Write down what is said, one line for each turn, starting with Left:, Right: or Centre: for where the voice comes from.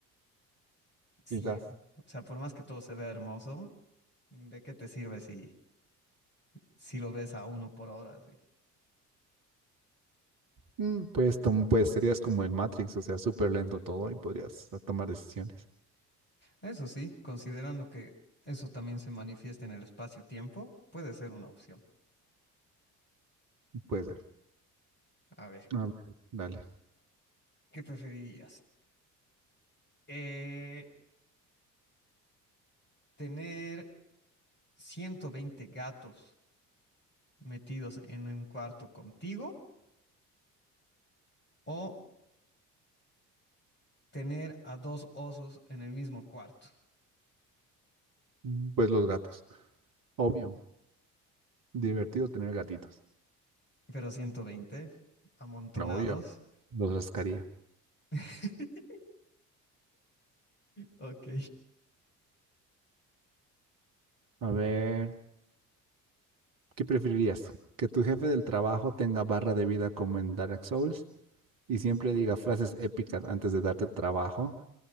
Left: Sí,
Right: Quizás.
Left: o sea, por más que todo se vea hermoso, ¿de qué te sirve si, si lo ves a uno por hora? así?
Right: Mm, Pues, tom- pues serías como el Matrix, o sea, súper lento todo y podrías ah, tomar decisiones.
Left: Eso sí, considerando que eso también se manifiesta en el espacio-tiempo, puede ser una opción.
Right: Puede ser.
Left: A ver,
Right: A ver, dale.
Left: ¿qué preferirías? Eh, ¿tener 120 gatos metidos en un cuarto contigo o tener a dos osos en el mismo cuarto,
Right: Mm, Pues los gatos. Obvio. Divertido tener gatitos.
Left: pero 120 amontonados.
Right: Obvio. Los rascaría.
Left: <laughs> Ok.
Right: A ver. ¿Qué preferirías? ¿Que tu jefe del trabajo tenga barra de vida como en Dark Souls y siempre diga frases épicas antes de darte trabajo?